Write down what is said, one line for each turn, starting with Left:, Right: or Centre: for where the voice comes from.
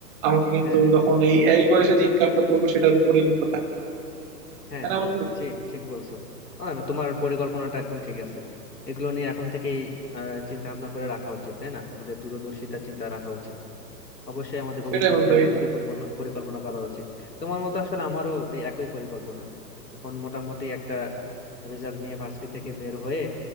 Right: আমাকে কিন্তু
Left: হ্যাঁ
Right: তখন
Left: হ্যাঁ
Right: এই এই বয়সে যে ইনকামটা করবো সেটার উপরেই নির্ভর থাকতে হবে
Left: হ্যাঁ
Right: তাই না
Left: হ্যাঁ
Right: বন্ধু
Left: ঠিক ঠিক বলছো আহ, না তোমার পরিকল্পনাটা একদম ঠিক আছে এগুলো নিয়ে এখন থেকেই চিন্তা ভাবনা করে রাখা উচিত তাই না আমাদের দূরদর্শিতা চিন্তা রাখা উচিত অবশ্যই আমাদের ভবিষ্যৎ
Right: সেটাই বন্ধু
Left: নিয়ে এখন
Right: এই
Left: থেকে
Right: জন্য
Left: পরিকল্পনা পরিকল্পনা করা উচিত তোমার মতো আসলে আমারও এই একই পরিকল্পনা এখন মোটামুটি একটা রেজাল্ট নিয়ে ভার্সিটি থেকে বের হয়ে